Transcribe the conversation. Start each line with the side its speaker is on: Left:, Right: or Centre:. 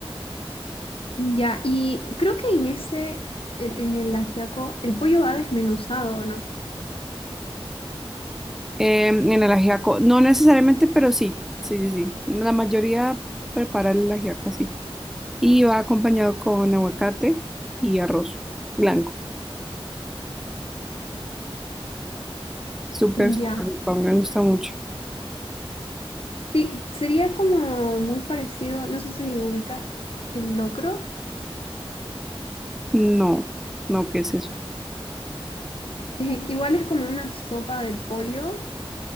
Left: Ya, y creo que en este, el- en el ajiaco, el pollo va desmenuzado, ¿no?
Centre: Em, en el ajiaco, no necesariamente, pero sí, sí, sí, sí. La mayoría prepara el ajiaco así. y va acompañado con aguacate y arroz blanco. Súper, súper
Left: Ya.
Centre: rico, me gusta mucho.
Left: Sí, sería como muy parecido, no sé si ubicas el locro. <laughs>
Centre: No, no, ¿qué es eso?
Left: Eh, igual es como una sopa de pollo,